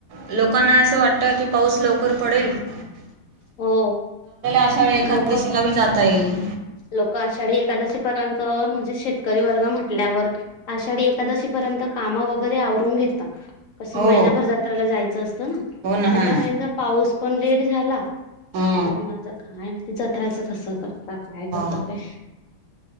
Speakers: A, on the right; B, on the left.
A: लोकांना असं वाटतं की पाऊस लवकर पडेल -
B: हो
A: आपल्याला अशा वेळी एखाद्या
B: लोक
A: दिवसलाही जाता येईल
B: लोक आषाढी एकादशी- म्हणजे शेतकरी वर् म्हटल्यावर आषाढी एकादशी पर्यंत काम वगरेवर घता कसं
A: हो
B: महिनाभर जात्राला जायचं असतं ना तेथ
A: हो हो ना
B: यंदा पाऊस पण रेट झाला त्याच्यात
A: हा
B: मा काय ते जत्राचं कसं करत काय
A: हा.
B: वगैरे